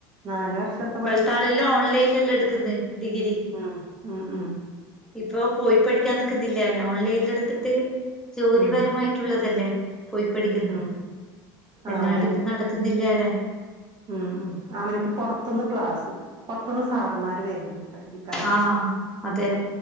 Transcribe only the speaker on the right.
നാല് വർഷത്തെ പഠി
ഉം ഉം ഉം
ഉം
ഉം ആ
അതന്നെ
ഉം ഉം അവന്ക്ക് പുറത്തുന്ന് ക്ലാസ് പുറത്തുന്ന് സാറുമാര് വരും പഠിപ്പിക്കാൻ